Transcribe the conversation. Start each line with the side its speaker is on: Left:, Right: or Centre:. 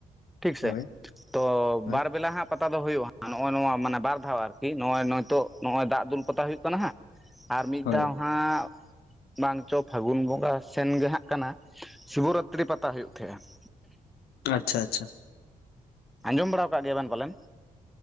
Centre: ᱴᱷᱤᱠ ᱥᱮ
Left: ᱦᱳᱭ
Centre: ᱛᱚ
Left: ᱦᱳᱭ
Centre: ᱵᱟᱨ ᱵᱮᱞᱟ ᱦᱟᱸᱜ ᱯᱟᱛᱟ ᱫᱚ ᱦᱳᱭᱳᱜ-ᱟ ᱱᱚᱜ-ᱚᱭ ᱱᱚᱣᱟ ᱢᱟᱱᱮ ᱵᱟᱨ ᱫᱷᱟᱣ ᱟᱨᱠᱤ ᱱᱚᱜᱼᱚᱭ ᱱᱤᱛᱚᱜ ᱱᱚᱜᱼᱚᱭ ᱫᱟᱜ ᱫᱩᱞ ᱯᱟᱛᱟ ᱦᱩᱭᱩᱜ ᱠᱟᱱᱟ ᱦᱟᱸᱜ ᱾ ᱟᱨ ᱢᱤᱫ
Left: ᱦᱳᱭ
Centre: ᱫᱷᱟᱣ ᱦᱟᱸᱜ ᱵᱟᱝ ᱪᱚ ᱯᱷᱟᱹᱜᱩᱱ ᱵᱚᱸᱜᱟ ᱥᱮᱱ ᱜᱮ ᱦᱟᱸᱜ ᱠᱟᱱᱟ ᱥᱤᱵᱚᱨᱟᱛᱨᱤ ᱯᱟᱛᱟ ᱦᱩᱭᱩᱜ ᱛᱟᱦᱮᱸᱼᱟ ᱾
Left: ᱟᱪᱪᱷᱟ ᱟᱪᱪᱷᱟ ᱾
Centre: ᱟᱸᱡᱚᱢ ᱵᱟᱲᱟᱣ ᱠᱟᱫ ᱜᱮᱭᱟᱵᱮᱱ ᱯᱟᱞᱮᱱ ᱾